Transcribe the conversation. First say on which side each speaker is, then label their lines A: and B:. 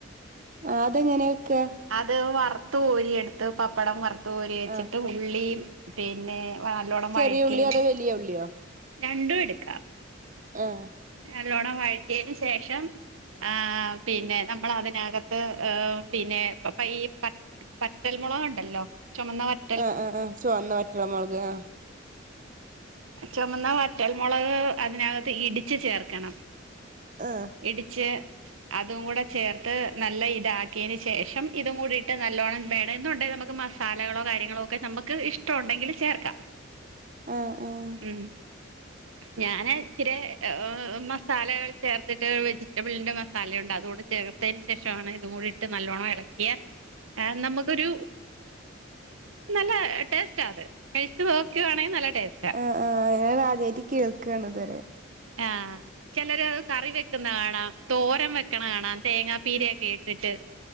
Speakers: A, on the right; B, on the right.
A: ആഹ് അതെങ്ങനെയൊക്കെ
B: അത് വറുത്തകോരിയ എടുത്ത് പപ്പടം വറുത്ത് കോരി വെച്ചിട്ട്
A: ആ
B: ഉള്ളിയും പിന്നെ നല്ലോണം
A: ചെറിയ
B: വഴക്കീന്
A: ഉള്ളിയോ അതോ വലിയ ഉള്ളിയോ
B: രണ്ടും എടുക്കാ
A: ഉം
B: നലോണം വഴറ്റിയതിനന് ശേഷം ആ പിന്നെ നമ്മൾ അതിനകത്ത് പിന്നെപ്പ ഈ പറ്റൽമുളക ഉണ്ടല്ലോ ചുമന്ന വറ്റ
A: ആഹ് ആഹ് ചുവന്നാ വറ്റൽ മുളക് ആഹ്
B: ചുമന്ന വറ്റൽമുളക് അതിനകത്ത് ഇടി ഇച്ച് ചേർക്കണം.
A: ആ
B: ഇടിച്ച് അതും കൂടെ ചേർത്ത്, നല്ല ഇതാക്കിയേന് ശേഷം ഇതും കൂടിട്ട് നല്ലോണം വേണേന്നുണ്ടെ, നമ്മക്ക് മസ് മാസാലകളോ കാര്യങ്ങളൊക്കെ നമ്മക്ക് ഇഷ്ട്ടോണ്ടെങ്കില് ചേർക്കാ.
A: ആ ആ
B: ഉം, ഞാനേ ഇച്ചിരെ ഏഹ, ഏ മസാലകൾ ചേർത്തിട്ട് വെജിറ്റബിൾൻ്റെ മസാലയുണ്ട്, അതുകൂടെ ചേർത്തയ്ന് ശേഷാണ് ഇതുംകൂടി ട്ട് നല്ലോണം എളക്കിയാ ആഹ് നമ്മ്ക്കൊരു, നല്ല ടേസ്റ്റാ അത് കഴിച്ചു നോക്കുവാണേം നല്ല ടേസ്റ്റാ
A: ആഹ്, ഞങ്ങളാദ്യയിറ്റ് കേൾക്കാണ് ഇത്‌വരെ
B: ആഹ്, ചെലരഅത് കറി വെക്ക്ന്ന കാണാം, തോരം വെക്കണ കാണാം തേങ്ങ പീരയൊക്കെ ഇട്ട്ട്ട്